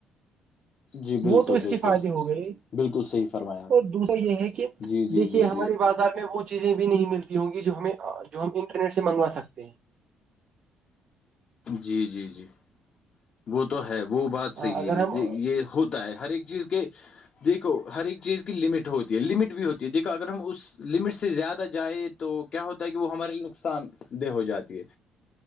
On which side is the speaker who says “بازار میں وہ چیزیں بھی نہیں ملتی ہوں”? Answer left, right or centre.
Right